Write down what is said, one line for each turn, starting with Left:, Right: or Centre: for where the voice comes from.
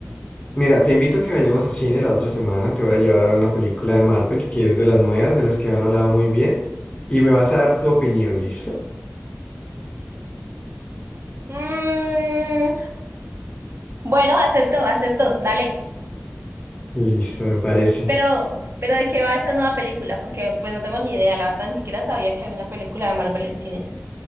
Left: Mira, te invito a que vayamos a cine la otra semana. Te voy a llevar a ver una película de Marvel que es de las nuevas, de las que han hablado muy bien. Y me vas a dar tu opinión, ¿listo?
Right: Mm, bueno, acepto, acepto, dale.
Left: Listo, me parece.
Right: Pero, pero ¿de qué va esta nueva película? Porque pues no tengo ni idea, la verdad ni siquiera sabía que había una película de Marvel en cines.